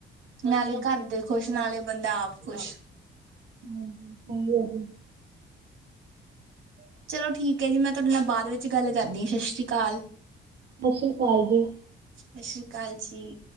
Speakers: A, on the right; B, on the right.
A: ਨਾਲੇ
B: ਹਾਂਜੀ
A: ਘਰ ਦੇ ਖੁਸ਼ ਨਾਲੇ ਬੰਦਾ ਆਪ ਖੁਸ਼।
B: ਹਾਂਜੀ, ਸਹੀ ਆ ਜੀ।
A: ਚਲੋ ਠੀਕ ਹੈ ਜੀ। ਮੈਂ ਤੁਹਾਡੇ ਨਾਲ ਬਾਅਦ ਵਿੱਚ ਗੱਲ ਕਰਦੀ ਆ ਸਸ ਸ਼੍ਰੀ ਕਾਲ।
B: ਸਤਿ ਸ਼੍ਰੀ ਅਕਾਲ ਜੀ।
A: ਸਤਿ ਸ਼੍ਰੀ ਅਕਾਲ ਜੀ।